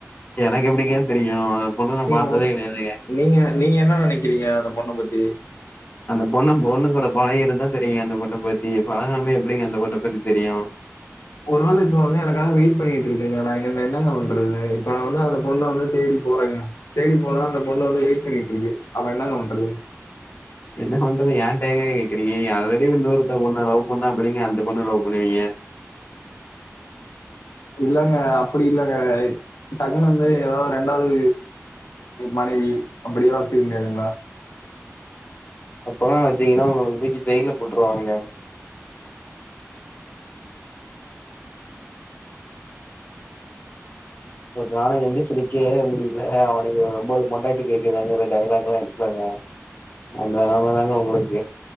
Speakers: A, on the left (about 40°); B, on the left (about 80°).
A: எனக்கு எப்டிங்க தெரியு அந்த பொண்ண நா
B: நீங்க
A: பாத்ததே
B: உங்
A: கெடயாதுங்க
B: நீங்க நீங்க என்ன நெனக்கிறீங்க அந்த பொண்ண பத்தி
A: அந்த பொண்ண பொண்ணு கூட பழகி இருந்தா தெரியுங்க அந்த பொண்ண பத்தி பழகாமே எப்டிங்க அந்த பொண்ண பத்தி தெரியு
B: ஒரு வேள இப்ப வந்து எனக்காக வெயிட் பண்ணிட்டு இருக்குங்க நா இங்க இருந்து என்னங்க பண்றது இப்ப நா வந்து அந்த பொண்ண வந்து தேடி போறேங்க தேடி போனா அந்த பொண்ணு வந்து வெயிட் பண்ணிட்ருக்கு அப்ப என்னங்க பண்றது
A: என்ன பண்றது ஏன்ட ஏங்க கேக்குறீங்க நீங்க அல்ரெடி இன்னோருத்த பொண்ண லவ் பண்ணா எப்டிங்க அந்த பொண்ண லவ் பண்ணுவீங்க
B: இல்லங்க அப்டி இல்லங்க டக்குனு வந்து ஏதாவது ரெண்டாவது மனைவி அப்டி எல்லா வச்சிக்க முடியாதுங்களா
A: அப்பல்லா வச்சுக்கீனா உங்கள துக்கி ஜெயில்ல போட்ருவாங்கங்க ஒர்த நாள எந்துச்சு நிக்கவே முடில அவுனுக்கு ஒம் போது பொண்டாட்டி கேக்குதாங்கிற டைலாக்லா இருக்குலங்க அந்த நெலம தாங்க ஒங்களுக்கு